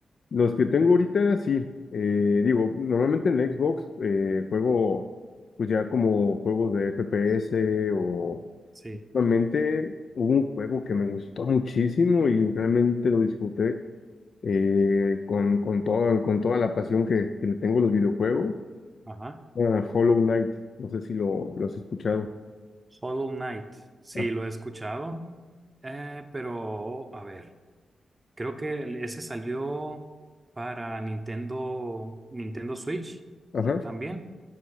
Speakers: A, on the left; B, on the right.
A: Los que tengo ahorita, sí. eh, digo, normalmente en la Xbox eh, juego, pues ya como juegos de FPS o...
B: Sí.
A: Realmente hubo un juego que me gustó muchísimo y realmente lo disfruté eh, con, con toda, con toda la pasión que, que le tengo a los videojuegos.
B: Ajá.
A: Ah, Hollow Knight, no sé si lo, lo has escuchado.
B: Hollow Knight. Sí,
A: Ah,
B: lo he escuchado. Eh, pero, a ver, creo que ese salió para Nintendo, Nintendo Switch
A: ajá.
B: también.